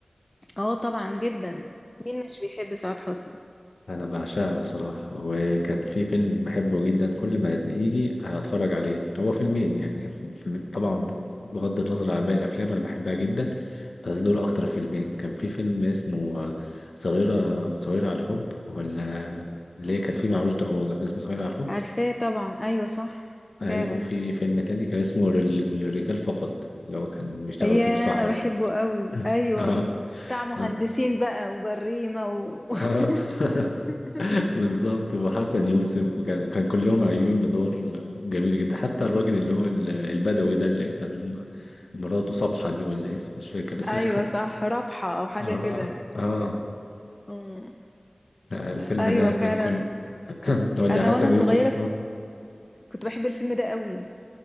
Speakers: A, on the left; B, on the left.
A: اه طبعا جدا مين مش بيحب سعاد حسني
B: أنا بعشقها بصراحة وكان في فيلم بحبه جدا كل ما يجي هتفرج عليه هو فيلمين يعني <laughs> فيلم- طبعا بغض النظر عن باقي الأفلام أنا بحبها جدا بس دول أكتر فيلمين كان في فيلم اسمه آه، صغيرة صغيرة على الحب ولا اللي هي كانت فيه مع رشدي أباظة كان اسمه صغيرة على الحب
A: عارفاه طبعا ايوه صح
B: ايوه
A: فعلا
B: في فيلم تاني كان اسمه لل- للرجال فقط اللي هو كان بيشتغلوا
A: يا
B: فيه في صحراء
A: انا بحبه قوي
B: <laughs>
A: ايوه
B: اه
A: بتاع مهندسين
B: اه
A: بقى وبريمة و...
B: آه.
A: <laughs>
B: <laughs> بالظبط وحسن يوسف وكان كان كلهم عايشين بدور جميلة جدا حتى الراجل اللي هو ال- البدوي ده اللي كان مراته صبحة دي ولا إيه اسمه مش فاكر اسمها
A: ايوه صح رابحة او حاجة
B: <laughs> اه
A: كده
B: اه
A: أمم.
B: لا، الفيلم
A: ايوه
B: ده كان
A: فعلا
B: كل <clears throat> <coughs> ولا
A: انا
B: حسن
A: وانا صغيرة
B: يوسف اه
A: كنت كنت بحب الفيلم ده قوي